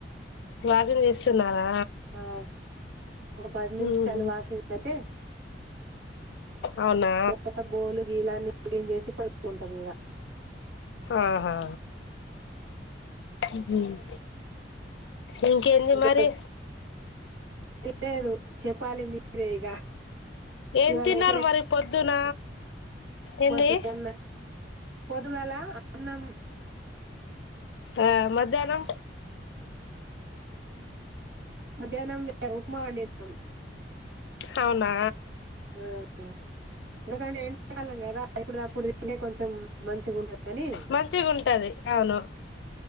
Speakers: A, on the left; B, on the right.
A: వాగుడు చేస్తున్నావా
B: ఆ ఒక పది నిమిషాలు
A: ఉహు
B: వాకింగ్ అయితే
A: అవునా
B: <unintelligible> బోలు గీలాని మేం చేసి పడుకుంటాం ఇక
A: ఆహా. మ్ హుమ్ ఇంకెంది
B: ఇంకా
A: మరి
B: లేదు చెప్పాలి మీరే ఇగ
A: ఏం
B: ఇవాళ
A: తిన్నారు
B: ఇక్కడే
A: మరి పొద్దున ఏంది
B: పొద్దుగన్న పొద్దుగాల అన్నం
A: ఆ మధ్యాహ్నం
B: మధ్యాహ్నం ఉప్మా వండినం
A: అవునా
B: హ్మ్ ఆ ఇడక ఎంకాలం కదా ఇప్పుడు అప్పుడుది అంటే కొంచెం మంచిగా ఉంట కానీ
A: మంచిగా ఉంటది అవును